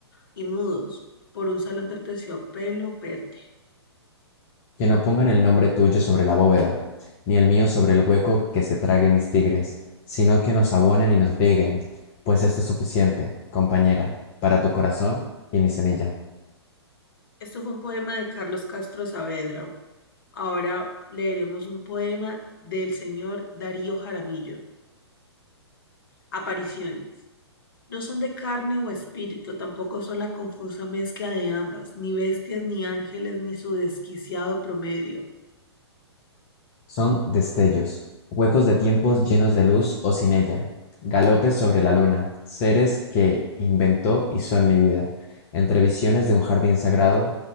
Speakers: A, on the left; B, on the left.
A: y mudos por un salón de terciopelo verde.
B: Que no pongan el nombre tuyo sobre la bóveda, ni el mío sobre el hueco que se trague mis tigres, sino que nos abonen y nos rieguen, pues esto es suficiente, compañera, para tu corazón y mi semilla.
A: Esto fue un poema de Carlos Castro Saavedra. Ahora leeremos un poema del señor Darío Jaramillo. Apariciones. No son de carne o espíritu, tampoco son la confusa mezcla de ambas, ni bestias ni ángeles, ni su desquiciado promedio.
B: Son destellos, huecos de tiempos llenos de luz o sin ella, galopes sobre la luna, seres que inventó y son mi vida, entre visiones de un jardín sagrado,